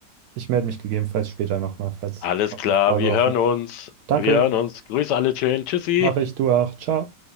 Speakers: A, on the right (about 70°); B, on the left (about 75°).
A: ich melde mich gegebenenfalls später nochmal, falls
B: Alles
A: noch
B: klar,
A: eine Frage
B: wir
A: offen
B: hören
A: ist.
B: uns.
A: Danke,
B: Wir hören uns. Grüß alle schön. Tschüssi.
A: mache ich, du auch. Ciao.